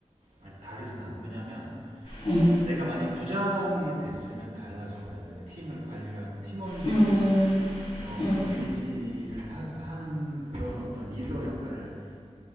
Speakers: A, on the right (about 80°); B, on the left (about 75°).
A: 아니 다르진 않아. 왜냐하면
B: 응,
A: 내가 만약에 부장이 됐으면 달랐을 거야. 내가 팀을 관리를 하고 팀원들을
B: 음,
A: 어,
B: 음,
A: 매니지를 하, 한 그런 어떤 리더 역할을